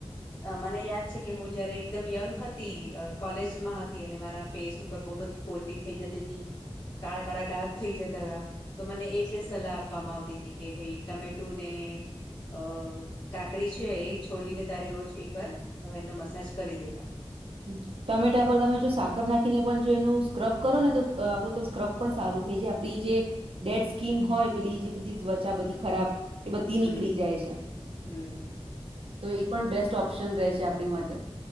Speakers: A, on the left; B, on the right.
A: અ મને યાદ છે કે હું જયારે એકદમ યંગ હતી અ કોલેજમાં હતી અને મારા ફેસ ઉપર બહુ બધી ફોલ્લી થઈ જતી હતી કાળા કાળા ડાક થઈ જતા હતા. તો મને એ જે સલાહ આપવામાં આવતી હતી કે ભાઈ ટમેટુ ને. અ કાકડી છે એ છોલીને તારે રોજ એકવાર અ એનો મસાજ કરી દેવાનો
B: હમ્મ. ટમેટા પર તમે જો સાકર નાખીને પણ જો એનું સ્ક્રબ કરો ને તો અ આપણે તો સ્ક્રબ પણ સારું થઈ જાય આપડી જે. ડેડ સ્કીન હોય પેલી એ બધી ત્વચા બધી ખરાબ એ બધી
A: હમ
B: નીકળી જાય છે.
A: હમ
B: તો એ પણ બેસ્ટ ઓપ્શન રહે છે, આપણી માટે.